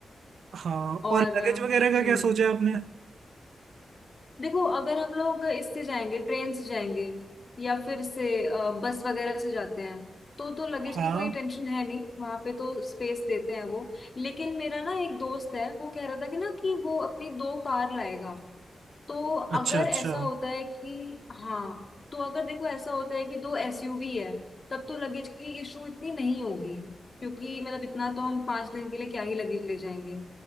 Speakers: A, on the right; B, on the left.
A: हाँ
B: और
A: और लगेज
B: अ,
A: वगैरह का
B: हम्म
A: क्या सोचा है आपने
B: देखो अगर हम लोग इससे जाएंगे ट्रेन से जाएंगे या फिर इससे अ, बस वगैरह से जाते हैं तो तो लगेज
A: हाँ
B: की कोई टेंशन है नहीं वहां पे तो स्पेस देते हैं वो लेकिन मेरा ना एक दोस्त है वो कह रहा था कि ना कि वो अपनी दो कार लाएगा तो
A: अच्छा
B: अगर
A: अच्छा
B: ऐसा होता है कि हाँ तो अगर देखो ऐसा होता है कि दो एसयूवी है तब तो लगेज की इशू इतनी नहीं होगी क्योंकि मतलब इतना तो हम पांच दिन के लिए क्या ही लगेज ले जाएंगे